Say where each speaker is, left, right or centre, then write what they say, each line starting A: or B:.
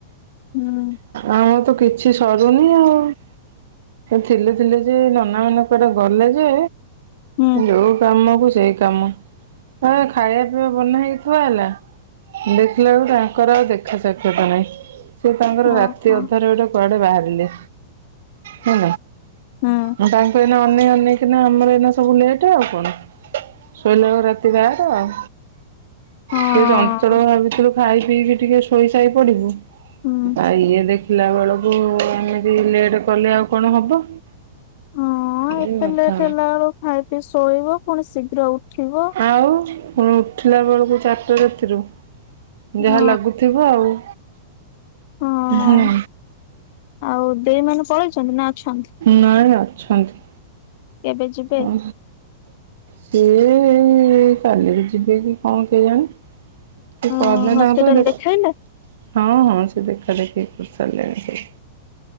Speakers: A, on the left; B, on the right.
A: ହୁଁ।
B: ଆମର ତ କିଛି ସରୁନି ଆଉ। ଥିଲେ ଥିଲେ ଯେ ନନା ମାନେ କୁଆଡେ ଗଲେ ଯେ
A: ହୁଁ
B: ଯୋଉ କାମକୁ ସେଇ କାମ ଖାଇବା ପିଇବା ବନା ହେଇକି ଥୁଆହେଲା ହେଲା। ଦେଖିଲା ବେଳକୁ ଆଙ୍କର ଆଉ ଦେଖା ସାକ୍ଷାତ ନାହିଁ ସେ ତାଙ୍କର
A: ହଁ
B: ରାତି
A: ହଁ
B: ଅଧରେ ଗୋଟେ କୁଆଡେ ବାହାରିଲେ? ହୁଁ
A: ହୁଁ
B: ମୁଁ ତାଙ୍କୁ ଅନେଇ ଅନେଇ କିନା ଆମର ଏଇନା ସବୁ ଲେଟେ ଆଉ କଣ। ଶୋଇଲା ବୋଳୁକୁ ରାତି ବାର ଆଉ
A: ହଁ
B: ସେ ଚଞ୍ଚଳ ଭାବିଥିଲୁ ଖାଇ ପିଇକି ଟିକିଏ ଶୋଇସାଇ ପଡିବୁ
A: ହୁଁ
B: ଆଉ ଇଏ ଦେଖେ ଖିଲା ବୋଳୁକୁ ଏମିତି ଲେଟ କଲେ ଆଉ କଣ ହବ।
A: ହଁ
B: ଏଇ
A: ଏତେ
B: କଥା
A: ଲେଟ୍ ହେଲା ବେଳକୁ ଖାଇ ପିଇ ଶୋଇବ ପୁଣି ଶୀଘ୍ର ଉଠିବ।
B: ଆଉ ପୁଣି ଉଠିଲା ବେଳକୁ ଚାରିଟା ରାତିରୁ
A: ହଁ
B: ଯାହା ଲାଗୁଥିବ ଆଉ।
A: ହଁ
B: ହୁଁ।
A: ଆଉ ଦେଇ ମାନେ ପଳେଇଚନ୍ତି ନା ଅଛନ୍ତି?
B: ନାଇଁ ଅଛନ୍ତି।
A: କେବେ ଯିବି୍।
B: ହଁ ସିଏ କାଲି ଯିବେ କି କଣ କେଇ ଆଣି? ସେ
A: ହଁ
B: ପଦେ
A: ହସ୍ପିଟାଲ
B: ନା ଅଧେ ଦେଖ୍
A: ଦେଖେଇଲେ
B: ହଁ ହଁ ସେ ଦେଖା ଦେଖିକରି ସାରିଲେଣି ସେ।